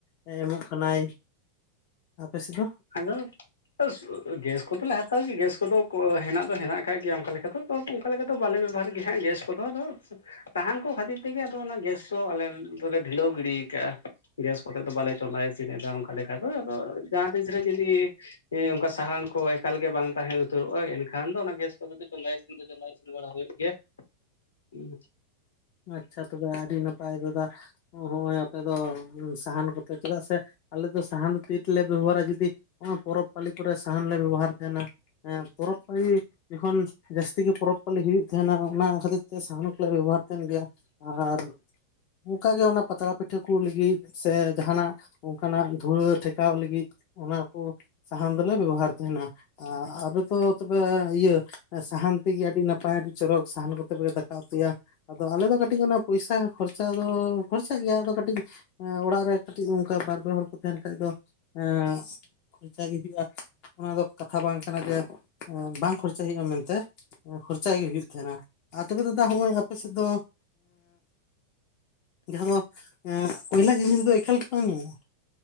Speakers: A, on the left; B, on the left.
A: ᱮ ᱮᱢᱚᱜ ᱠᱟᱱᱟᱭ᱾ ᱟᱯᱮ ᱥᱮᱫ ᱫᱚ?
B: ᱟᱫᱚ, <inaudible> ᱜᱮᱥ ᱠᱚᱫᱚᱞᱮ ᱦᱟᱛᱟᱣ ᱜᱮ ᱜᱮᱥ ᱠᱚᱫᱚ ᱦᱮᱱᱟᱜ ᱫᱚ ᱦᱮᱱᱟᱜ ᱠᱟᱜ ᱜᱮᱭᱟ ᱚᱝᱠᱟ ᱞᱮᱠᱟ ᱫᱚ ᱵᱟᱴ ᱚᱝᱠᱟ ᱞᱮᱠᱟ ᱫᱚ ᱵᱟᱞᱮ ᱵᱮᱵᱚᱦᱟᱨ ᱜᱮ ᱦᱟᱸᱜ ᱜᱮᱥ ᱠᱚᱫᱚ ᱟᱫᱚ, ᱥᱟᱦᱟᱱ ᱠᱚ ᱠᱷᱟᱛᱤᱨ ᱛᱮᱜᱮ ᱟᱫᱚ ᱚᱱᱟ ᱜᱮᱥ ᱫᱚ ᱟᱞᱮ ᱫᱚᱞᱮ ᱰᱷᱤᱞᱟᱹᱣ ᱜᱤᱰᱤ ᱠᱟᱜ-ᱟ ᱾ ᱜᱮᱥ ᱠᱚᱛᱮ ᱫᱚ ᱵᱟᱞᱮ ᱪᱚᱸᱫᱟ ᱤᱥᱤᱱᱮᱫᱟ ᱚᱝᱠᱟ ᱞᱮᱠᱟ ᱫᱚ, ᱟᱫᱚ ᱡᱟᱦᱟᱸ ᱛᱤᱥ ᱨᱮ ᱡᱩᱫᱤ ᱮᱸ ᱚᱝᱠᱟ ᱥᱟᱦᱟᱱ ᱠᱚ ᱮᱠᱟᱞ ᱜᱮ ᱵᱟᱝ ᱛᱟᱦᱮᱸ ᱩᱛᱟᱹᱨᱚᱜᱼᱟ ᱮᱱᱠᱷᱟᱱ ᱫᱚ ᱚᱱᱟ ᱜᱮᱥ ᱠᱚᱫᱚᱞᱮ ᱪᱚᱸᱫᱟᱭ ᱤᱥᱤᱱ ᱪᱟᱞᱟᱣ ᱤᱥᱤᱱ ᱵᱟᱲᱟ ᱦᱩᱭᱩᱜ ᱜᱮᱭᱟ᱾ ᱩᱸ ᱦᱩᱸᱜ᱾
A: ᱟᱪᱪᱷᱟ ᱛᱚᱵᱮ ᱟᱹᱰᱤ ᱱᱟᱯᱟᱭ ᱫᱟᱫᱟ, ᱚ ᱦᱚᱸᱜᱼᱚᱭ ᱟᱯᱮ ᱫᱚ ᱥᱟᱦᱟᱱ ᱠᱚᱛᱮ ᱪᱮᱫᱟᱜ ᱥᱮ, ᱟᱞᱮ ᱫᱚ ᱥᱟᱦᱟᱱ ᱫᱚ ᱛᱤ ᱨᱮᱞᱮ ᱵᱮᱵᱚᱦᱟᱨᱟ ᱡᱩᱫᱤ ᱚᱱᱟ ᱯᱚᱨᱚᱵᱽ ᱯᱟᱞᱤ ᱠᱚᱨᱮ ᱥᱟᱦᱟᱱ ᱞᱮ ᱵᱮᱵᱚᱦᱟᱨ ᱛᱟᱦᱮᱸᱱᱟ, ᱮᱸ ᱯᱚᱨᱚᱵᱽ ᱯᱟᱞᱤ ᱡᱚᱠᱷᱚᱱ ᱡᱟᱹᱥᱛᱤ ᱜᱮ ᱯᱚᱨᱚᱵᱽ ᱯᱟᱞᱤ ᱦᱩᱭᱩᱜ ᱛᱟᱦᱮᱸᱱᱟ, ᱚᱱᱟ ᱠᱷᱟᱹᱛᱤᱨ ᱛᱮ ᱥᱟᱦᱟᱱ ᱠᱚᱞᱮ ᱵᱮᱵᱚᱦᱟᱨ ᱛᱟᱦᱮᱸᱱ ᱜᱮᱭᱟ ᱟᱨ ᱚᱝᱠᱟ ᱜᱮ ᱚᱱᱟ ᱯᱟᱛᱟᱲᱟ ᱯᱤᱴᱷᱟᱹ ᱠᱚ ᱞᱟᱹᱜᱤᱫ ᱥᱮ ᱡᱟᱦᱟᱸᱱᱟᱜ ᱚᱱᱴᱝᱠᱟᱱᱟᱜ ᱫᱷᱩᱲᱟᱹ ᱴᱷᱮᱠᱟᱣ ᱞᱟᱹᱜᱤᱫ, ᱚᱱᱟ ᱠᱚ ᱥᱟᱦᱟᱱ ᱫᱚᱞᱮ ᱵᱮᱵᱚᱦᱟᱨ ᱛᱟᱦᱮᱸᱱᱟ᱾ ᱟᱨ ᱟᱯᱮ ᱫᱚ ᱛᱚᱵᱮ ᱤᱭᱟᱹ, ᱥᱟᱦᱟᱱ ᱛᱮᱜᱮ ᱟᱹᱰᱤ ᱱᱟᱯᱟᱭ ᱟᱹᱰᱤ ᱪᱚᱨᱚᱠ ᱥᱟᱦᱟᱱ ᱠᱚᱛᱮ ᱯᱮ ᱫᱟᱠᱟ ᱩᱛᱩᱭᱟ, ᱟᱫᱚ ᱟᱞᱮ ᱫᱚ ᱠᱟᱹᱴᱤᱡ ᱚᱱᱟ ᱯᱚᱭᱥᱟ ᱠᱷᱚᱨᱪᱟ ᱫᱚ ᱠᱷᱚᱨᱪᱟᱜ ᱜᱮᱭᱟ ᱟᱫᱚ ᱠᱟᱹᱴᱤᱡ ᱮᱸ ᱚᱲᱟᱜ ᱨᱮ ᱠᱟᱹᱴᱤᱡ ᱚᱝᱠᱟ ᱵᱟᱨ ᱯᱮ ᱦᱚᱲ ᱠᱚ ᱛᱟᱦᱮᱸᱱ ᱠᱷᱟᱡ ᱫᱚ ᱮᱸ ᱠᱷᱚᱨᱪᱟ ᱜᱮ ᱦᱩᱭᱩᱜᱼᱟ, ᱚᱱᱟ ᱫᱚ ᱠᱟᱛᱷᱟ ᱵᱟᱝ ᱠᱟᱱᱟ ᱡᱮ ᱵᱟᱝ ᱠᱷᱚᱨᱪᱟ ᱦᱩᱭᱩᱜᱼᱟ ᱢᱮᱱᱛᱮ᱾ ᱠᱷᱚᱨᱪᱟ ᱜᱮ ᱦᱩᱭᱩᱜ ᱛᱟᱦᱮᱸᱱᱟ, ᱟᱨ ᱛᱚᱵᱮ ᱫᱟᱫᱟ ᱦᱚᱸᱜᱼᱚᱭ ᱟᱯᱮ ᱥᱮᱫ ᱫᱚ ᱮᱸ ᱡᱟᱦᱟᱸ ᱫᱚ ᱮᱸ ᱠᱚᱭᱞᱟ ᱡᱤᱱᱤᱥ ᱫᱚ ᱮᱠᱟᱞ ᱜᱮ ᱵᱟᱝ ᱧᱟᱢᱚᱜᱼᱟ?